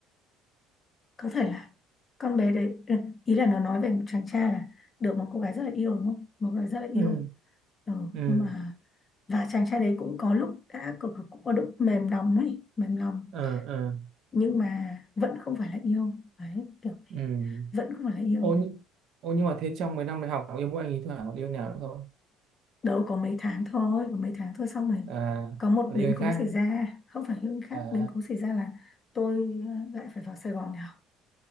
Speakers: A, on the left; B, on the right.
A: có thể là con bé đấy ừ, ý là nó nói về một chàng trai là được một cô gái rất là yêu đúng không một cô gái rất là yêu
B: ừ
A: ừ,
B: ừ
A: nhưng mà và chàng trai đấy cũng có lúc đã cũng, cũng có lúc mềm lòng ấy mềm lòng
B: ờ ờ
A: nhưng mà vẫn không phải là yêu đấy kiểu
B: ừ
A: vẫn không phải là yêu
B: ô nhưng ô nhưng mà thế trong mấy năm đại học yêu mỗi anh ý thoảng có yêu nào nữa không
A: đâu có mấy tháng thôi có mấy tháng thôi xong rồi
B: à
A: có một
B: là
A: biến
B: yêu anh
A: cố
B: khác
A: xảy ra không phải Hưng khác
B: à
A: biến cố xảy ra là tôi ờ, lại phải vào Sài Gòn để học